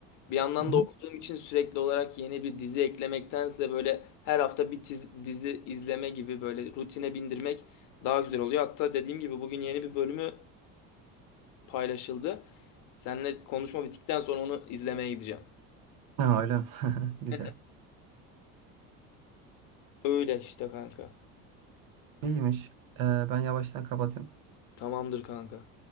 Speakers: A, on the left (about 60°); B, on the right (about 70°).
A: Bir yandan
B: Hı hı.
A: da okuduğum için sürekli olarak yeni bir dizi eklemektense böyle her hafta bir tiz- dizi izleme gibi böyle rutine bindirmek daha güzel oluyor. Hatta dediğim gibi bugün yeni bir bölümü paylaşıldı. Seninle konuşma bittikten sonra onu izlemeye gideceğim.
B: Ha, öyle. mi? <laughs> Güzel.
A: <laughs> Öyle işte kanka.
B: İyiymiş. Ee, ben yavaştan kapatayım.
A: Tamamdır kanka.